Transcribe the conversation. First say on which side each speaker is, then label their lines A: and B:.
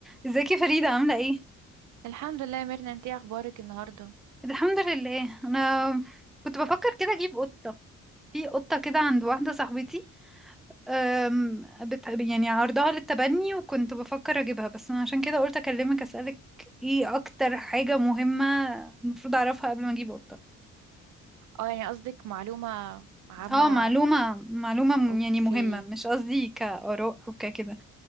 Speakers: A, in the centre; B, on the right.
A: ازيك يا فريدة عاملة ايه؟
B: الحمد لله يا ميرنا انتي إيه اخبارك النهارده
A: الحمد لله انا كنت بفكر كده اجيب قطة في قطة كده عند واحدة صاحبتي أم، بت... يعني عرضها للتبني وكنت بفكر اجيبها بس انا عشان كده قلت اكلمك اسألك ايه اكتر حاجة مهمة المفروض اعرفها قبل ما اجيب قطة
B: اه يعني قصدك معلومة عامة
A: اه معلومة معلومة م-
B: اوكي
A: يعني مهمة مش قصدي كآراء او ككده